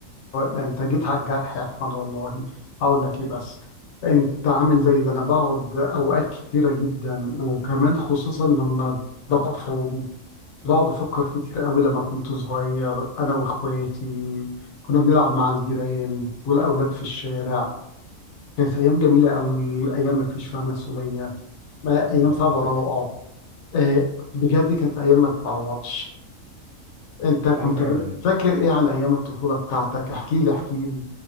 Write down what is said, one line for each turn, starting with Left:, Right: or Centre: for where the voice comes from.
Left: ده انت جيت على الجرح يا احمد والله هقول لك ايه بس انت عامل زي ده انا بقعد اوقات كتيره جدا وكمان خصوصا لما ببقى فاضي بقعد افكر كتير قوي لما كنت صغير انا واخواتي كنا بنلعب مع الجيران والاولاد في الشارع كانت ايام جميله قوي ايام ما فيش فيها مسؤوليه ما- ايام
Right: ولو
Left: فيها براءه
Right: تفت...
Left: آه، بجد كانت ايام ما تتعوضش انت كنت
Right: اه فعلا
Left: ب- فاكر ايه عن ايام الطفوله بتاعتك احكي لي احكي لي